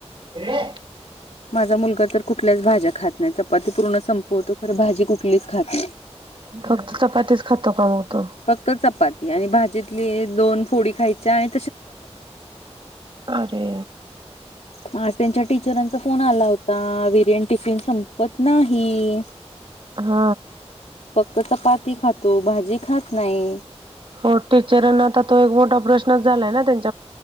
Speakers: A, on the right; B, on the left.
A: ह.
B: माझा मुलगा तर कुठल्याच भाज्या खात नाही चपाती पूर्ण संपवतो खर भाजी कुठलीच खात नाही.
A: फक्त चपातीच खातातो कमवतो.
B: फक्त चपाती आणि भाजीतली दोन फोडी खायची आहे.
A: अरे.
B: ह त्यांच्या टीचरांचा फोन आला होता विरयन टिफिन संपत नाही.
A: हा.
B: फक्त चपाती खातो भाजी खात नाही.
A: हो टीचरां आ तो एक मोठा प्रश्नच झालाय ना त्यांचा